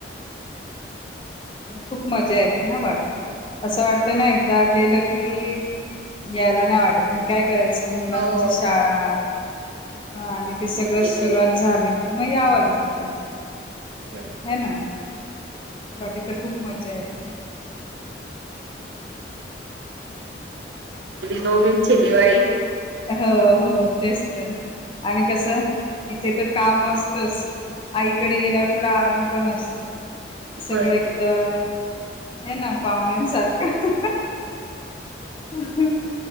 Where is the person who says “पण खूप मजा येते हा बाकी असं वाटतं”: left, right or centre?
Left